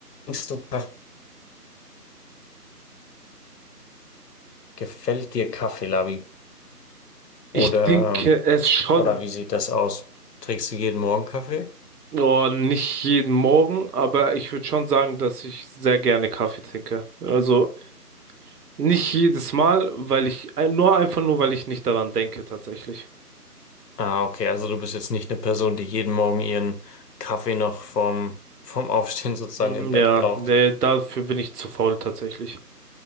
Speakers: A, on the left (about 75°); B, on the right (about 70°).
A: Trinkst du Kaffee? Gefällt dir Kaffee, Labi?
B: Ich
A: Oder,
B: denke es schon,
A: oder wie sieht das aus? Trinkst du jeden Morgen Kaffee?
B: oh, nicht jeden Morgen, aber ich würde schon sagen, dass ich sehr gerne Kaffee trinke. Also nicht jedes Mal, weil ich, äh, nur einfach nur, weil ich nicht daran denke tatsächlich.
A: Ah, okay, also du bist jetzt nicht eine Person, die jeden Morgen ihren Kaffee noch vom, vom Aufstehen <laughs> sozusagen
B: Ähm,
A: im Bett
B: Ja,
A: braucht.
B: nee, dafür bin ich zu faul tatsächlich.